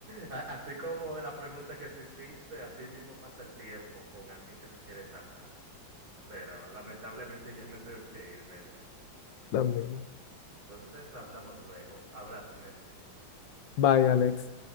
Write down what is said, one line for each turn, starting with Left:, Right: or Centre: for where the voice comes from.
Right: a- así como la pregunta que tú hiciste, así mismo pasa el tiempo con alguien que tú quieres hablar. Pero lamentablemente ya me tengo que ir, Messi.
Left: también.
Right: Entonces hablamos luego. Abrazo, Messi.
Left: Vaya, Alex.